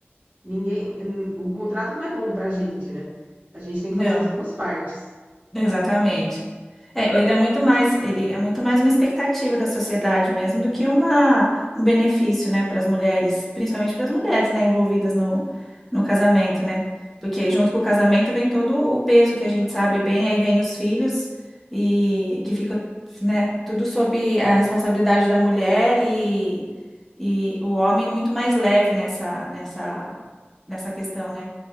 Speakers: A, on the right; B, in the centre.
A: Ninguém, n- o contrato não é bom pra gente, né? A gente tem que
B: Não.
A: fazer as duas partes.
B: Exatamente. É, ele é muito mais, ele é muito mais uma expectativa da sociedade mesmo do que uma, um benefício, né, para as mulheres, principalmente para as mulheres, né, envolvidas no, no casamento, né? Porque junto com o casamento vem todo o peso que a gente sabe bem, aí vem os filhos e que fica, né, tudo sob a responsabilidade da mulher e, e o homem muito mais leve nessa, nessa,
A: Sim,
B: nessa questão, né?